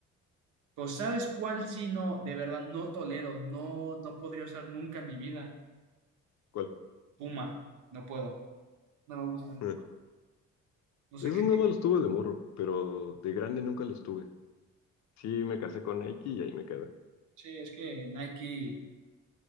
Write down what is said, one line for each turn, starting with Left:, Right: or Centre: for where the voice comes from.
Right: Pues ¿sabes cuál sí no, de verdad, no tolero, no, no podría usar nunca en mi vida?
Left: ¿Cuál?
Right: Puma, no puedo, no me gustan.
Left: Eh,
Right: No sé
Left: Esos
Right: qué
Left: nada más los tuve de morro, pero de grande nunca los tuve. Sí, me casé con Nike y ahí me quedé.
Right: Sí, es que Nike,